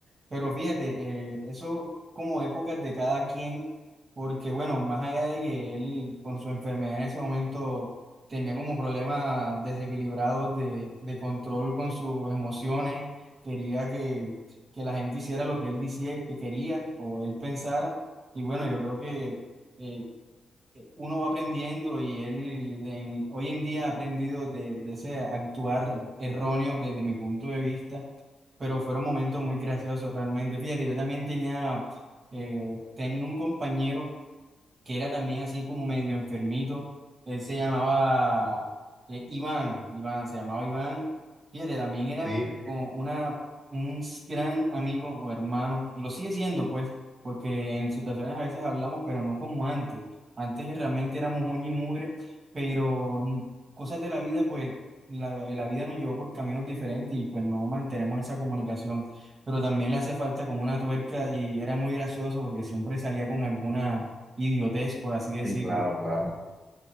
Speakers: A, on the right; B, in the centre.
A: Pero fíjate, eh, eso como épocas de cada quien, porque bueno, más allá de que él con su enfermedad en ese momento tenía como problemas desequilibrados de, de control con sus emociones quería que, que la gente hiciera lo que él decía que quería o él pensara. Y bueno, yo creo que eh, uno va aprendiendo y él en- hoy en día ha aprendido de, de ese actuar erróneo desde mi punto de vista, pero fueron momentos muy graciosos realmente. Fíjate, yo también tenía, eh, tenía un compañero que era también así como medio enfermito. Él se llamaba eh, Iván, Iván, se llamaba Iván. Fíjate, también era
B: Sí,
A: como una, un s- gran amigo o hermano. Lo sigue siendo, pues, porque en situaciones a veces hablamos, pero no como antes. Antes realmente éramos uña y mugre, pero mm, cosas de la vida, pues, la, la vida nos llevó por caminos diferentes y pues no mantenemos esa comunicación. Pero también le hacía falta como una tuerca y era muy gracioso porque siempre salía con alguna idiotez, por así decirlo.
B: sí, claro, claro.